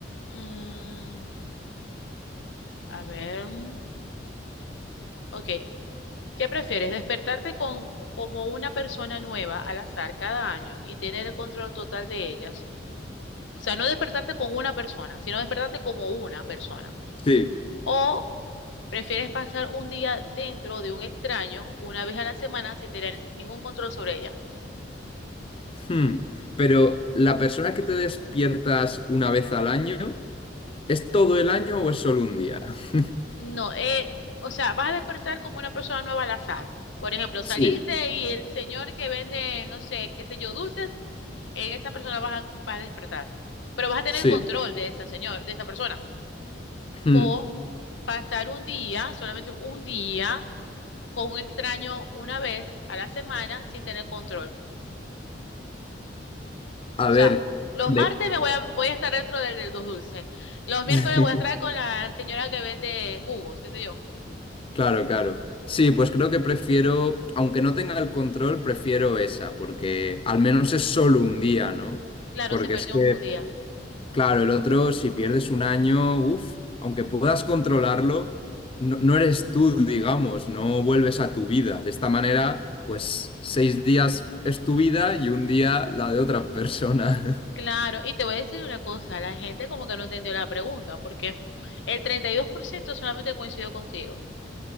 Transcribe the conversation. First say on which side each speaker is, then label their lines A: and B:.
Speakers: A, on the left; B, on the left.
A: Mm, a ver. mm, Ok. ¿Qué prefieres? ¿Despertarte con, como una persona nueva al azar cada año y tener el control total de ellas? O sea, no despertarte con una persona, sino despertarte como una persona.
B: Sí.
A: ¿O prefieres pasar un día dentro de un extraño una vez a la semana sin tener ningún control sobre ella?
B: Hmm. Pero ¿la persona que te despiertas una vez al año, es todo el año o es solo un día? <laughs>
A: No, eh, o sea, vas a despertar como una persona nueva al azar. Por ejemplo, saliste
B: Sí,
A: y el señor que vende, no sé, qué sé yo, dulces, en esa persona vas a, vas a despertar. Pero vas a tener
B: sí.
A: control de esa señor, de esa persona.
B: Hmm.
A: O pasar un día, solamente un día, con un extraño una vez a la semana sin tener control.
B: A
A: O sea,
B: ver,
A: los
B: de-
A: martes me voy a, voy a estar dentro del, de los dulces. Los miércoles
B: <laughs>
A: voy a estar con la señora que vende jugos, qué sé yo.
B: Claro, claro. Sí, pues creo que prefiero, aunque no tenga el control, prefiero esa, porque al menos es solo un día, ¿no?
A: Claro,
B: Porque
A: se perdió
B: es que
A: un judío.
B: Claro, el otro, si pierdes un año, uff, aunque puedas controlarlo, no, no eres tú, digamos, no vuelves a tu vida. De esta manera, pues seis días es tu vida y un día la de otra persona. <laughs>
A: Claro, y te voy a decir una cosa, la gente como que no entendió la pregunta, porque el 32% solamente coincidió contigo.